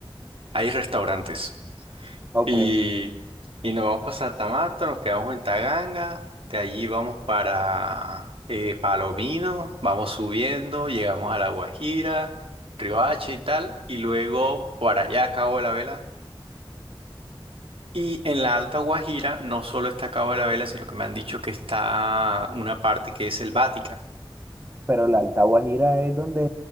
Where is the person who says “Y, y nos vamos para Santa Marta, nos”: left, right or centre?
Right